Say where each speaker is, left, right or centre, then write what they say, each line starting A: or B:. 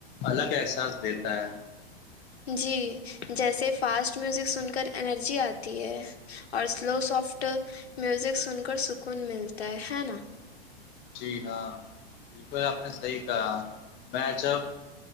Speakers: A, on the left (about 35°); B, on the left (about 85°).
A: الگ احساس دیتا ہے
B: جی جیسے فاسٹ میوزک سن کر انرجی آتی ہے اور سلو سافٹ میوزک سن کر سکون ملتا ہے ہے نا
A: جی ہاں بالکل آپ نے صحیح کہا میں جب